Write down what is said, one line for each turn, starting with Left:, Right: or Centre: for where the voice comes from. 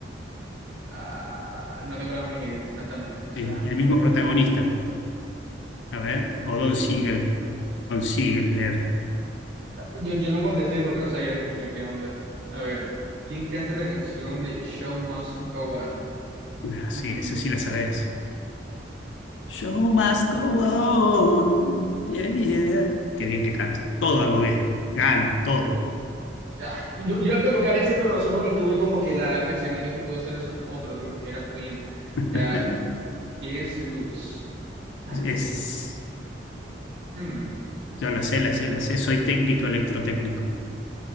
Right: Ah, no tengo las medidas, honestamente. O sea,
Left: el, el
Right: a
Left: mismo
Right: ver.
Left: protagonista. A ver, o Don Siegel. Don Siegel,
Right: Yo, yo no contesté porque no sabía, Dios mío, qué onda. A ver, ¿quién canta la canción de Show Must Go On?
Left: Ah,
Right: Mm,
Left: sí, esa sí la sabes. Show must go on. Yeah, yeah. Qué bien que canto. Todo hago bien. Gano, todo.
Right: ah, yo, yo iba a colocar ese, pero no sé porque tuve como que la, el pensamiento que pudo ser esos otros. Dios mío, era Queen.
Left: Ajá.
Right: Ah, ¿qué es Lutz? Ah,
Left: Es, es-
Right: hmm.
Left: yo la sé, la sé, la sé. Soy técnico electrotécnico.